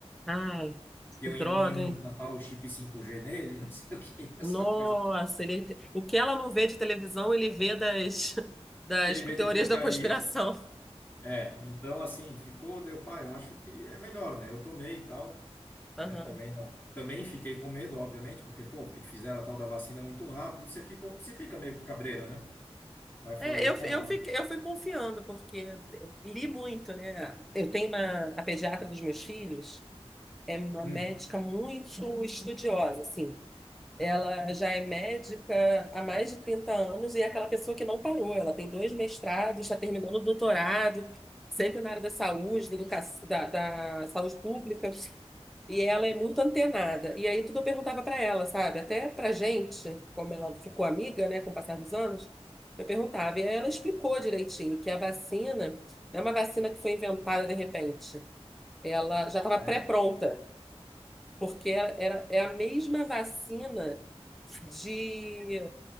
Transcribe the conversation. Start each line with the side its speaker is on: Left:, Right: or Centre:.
Centre: Ai,
Left: Que
Centre: que
Left: eu
Centre: droga,
Left: iam
Centre: hein?
Left: implantar o chip 5G nele, <laughs> não sei o que, essa
Centre: Nossa,
Left: coisa.
Centre: ele... o que ela não vê de televisão, ele vê das, <laughs> das
Left: Ele
Centre: teorias
Left: vê de porcaria.
Centre: da conspiração.
Left: É, então assim, ficou, deu, pai, eu acho que é melhor, né? Eu tomei e tal. né?
Centre: Aham.
Left: Também não. Também fiquei com medo, obviamente, porque, pô, que fizeram a tal da vacina muito rápido, você ficou, você fica meio cabreira, né? Mas
Centre: É,
Left: falei,
Centre: eu,
Left: cara,
Centre: eu,
Left: eu-
Centre: fiquei, eu fui confiando, porque eu li muito, né? Eu tenho uma, a pediatra dos meus filhos, é uma
Left: hum,
Centre: médica muito estudiosa, assim. Ela já é médica há mais de 30 anos e é aquela pessoa que não parou. Ela tem dois mestrados, está terminando o doutorado, sempre na área da saúde, da, educa- da, da saúde pública. E ela é muito antenada. E aí tudo eu perguntava para ela, sabe? Até para gente, como ela ficou amiga, né, com o passar dos anos, eu perguntava. E aí ela explicou direitinho que a vacina não é uma vacina que foi inventada de repente. Ela já estava
Left: ah,
Centre: pré-pronta,
Left: é?
Centre: porque era, era- é a mesma vacina de